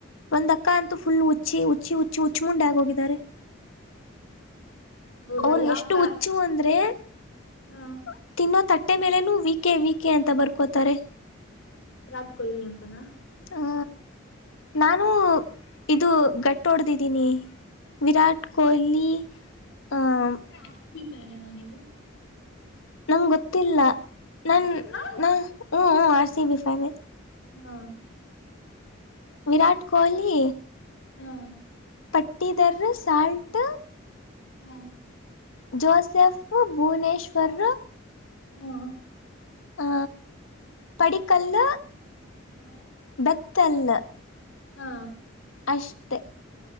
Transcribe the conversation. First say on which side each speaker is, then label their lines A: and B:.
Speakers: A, on the left (about 80°); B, on the left (about 65°).
A: ಒಂದ್ ಅಕ್ಕ ಅಂತೂ ಫುಲ್ ಹುಚ್ಚಿ ಹುಚ್ಚಿ ಹುಚ್ಚಿ ಹುಚ್ಚಿ ಮುುಂಡೇ ಆಗಿ ಹೋಗಿದ್ದಾರೆ.
B: ಹೌದಾ
A: ಅವ್ರಗೆ
B: ಯಾವ
A: ಎಷ್ಟು
B: ಫ್ಯಾ
A: ಹುಚ್ಚು ಅಂದ್ರೆ <unintelligible> ಬೈ
B: ಹ
A: ತಿನ್ನ್ <unintelligible> ತಟ್ಟೆ ಮೇಲೆನು ವೀಕೆ ವೀಕೆ ಅಂತ ಬರ್ಕೋತಾರೆ. <unintelligible>
B: ವಿರಾಟ್ ಕೊಹ್ಲಿ ಅಂತನಾ?
A: ಹೂ ನಾನು ಇದು ಗಟ್ಟ ಹೊಡ್ದಿದ್ದೀನಿ. <unintelligible> ವಿರಾಟ್ ಕೊಹ್ಲಿ ಆಹ
B: ಅಂದ್ರೆ ಆರ್‌ಸಿಬಿ ಫ್ಯಾನ್ ನೀವು <unintelligible>
A: ನಂಗ ಗೊತ್ತಿಲ್ಲ? ನನ್ನನ್
B: ಹಾ
A: <unintelligible> ಹು ಹು ಆರ್ ಸಿ ಬಿ ಪೈನೇ
B: ಹಾ
A: ವಿರಾಟ್ ಕೊಹಲಿ
B: ಹಾ
A: ಪಟ್ಟಿದರ ಸಾಲ್ಟ್
B: ಹ್ಮ
A: ಜೋಸೆಫ್ ಭುವನೇಶ್ವರ್
B: ಹ್ಮ
A: ಹ ಪಡಿಕಲ್ಲ್ಲ
B: ಹಾ
A: ಬಟ್ <unintelligible> ತಲ್ಲ <unintelligible>
B: ಹಾ
A: ಅಷ್ಟೇ